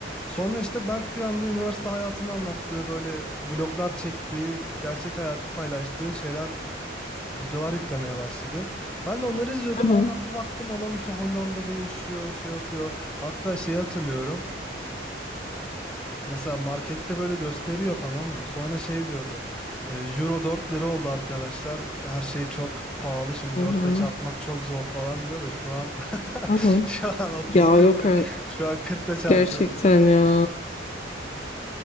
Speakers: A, in the centre; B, on the left.
A: Sonra işte Berk bir anda üniversite hayatını anlattığı böyle vloglar çektiği, gerçek hayatı paylaştığı şeyler videolar yüklemeye başladı. Ben de onları izliyordum.
B: Aha.
A: Oradan bir baktım adam işte Hollanda'da yaşıyor, şey yapıyor. Hatta şeyi hatırlıyorum. Mesela markette böyle gösteriyor tamam mı? Sonra şey diyordu. e, Euro 4 lira oldu arkadaşlar. Her şey çok pahalı. Şimdi 4
B: Aha.
A: ile çarpmak çok zor falan diyor da şu an <laughs>
B: Aha.
A: şu an 30-40
B: Ya yok
A: de- şu an 40 ile çarpıyoruz.
B: Gerçekten ya.